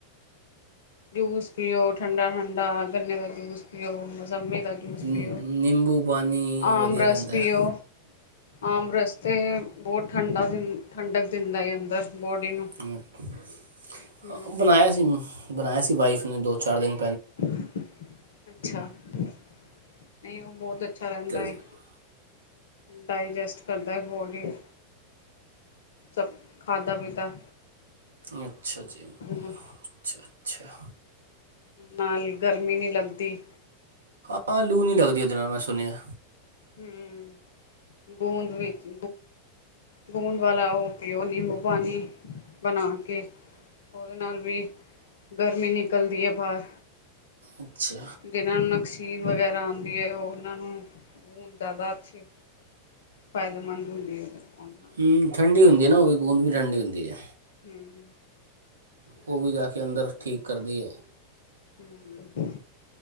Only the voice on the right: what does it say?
ਨਿੰਬੂ
ਪਾਣੀ
ਵਧੀਆ
ਰਹਿੰਦਾ
ਹੈ?
<unintelligible>
ਬਣਾਇਆ ਸੀ ਮੈਂ। ਬਣਾਇਆ ਸੀ ਵਾਈਫ ਨੇ ਦੋ-ਚਾਰ ਦਿਨ।
ਸੀ
ਅੱਛਾ ਜੀ,
ਅੱਛਾ-ਅੱਛਾ।
ਹਾਂ ਲੂ ਨਹੀਂ ਲੱਗਦੀ ਉਹਦੇ ਨਾਲ ਮੈਂ ਸੁਣਿਆ।
ਅੱਛਾ
ਹੂੰ ਠੰਡੀ ਹੁੰਦੀ ਹੈ ਨਾ ਉਹ ਵੀ ਗੂੰਦ ਵੀ ਠੰਡੀ ਹੁੰਦੀ ਹੈ।
ਉਹ ਵੀ ਜਾ ਕੇ ਅੰਦਰ ਠੀਕ ਕਰਦੀ ਏ।